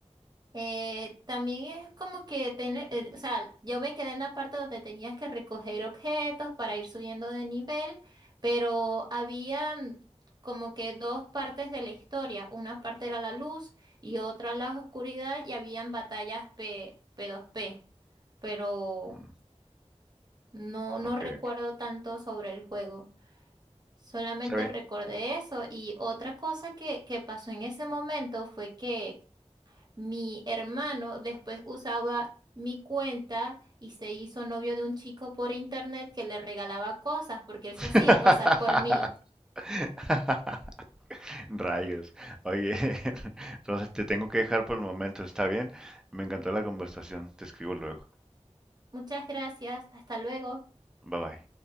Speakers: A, on the right (about 35°); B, in the centre.
A: Eh, también es como que tener, eh, o sea, yo me quedé en la parte donde tenías que recoger objetos para ir subiendo de nivel, pero habían como que dos partes de la historia. Una parte era la luz y otra la oscuridad y habían batallas P, P2P, pero
B: Mm,
A: no, no
B: ok,
A: recuerdo
B: ok.
A: tanto sobre el juego. Solamente
B: Se ve.
A: recordé eso y otra cosa que, que pasó en ese momento fue que mi hermano después usaba mi cuenta y se hizo novio de un chico por internet que le regalaba cosas porque él se
B: <laughs>
A: hacía pasar por mí.
B: Rayos. Oye, <laughs> entonces te tengo que dejar por el momento, ¿está bien? Me encantó la conversación. Te escribo luego.
A: Muchas gracias, hasta luego.
B: Bye bye.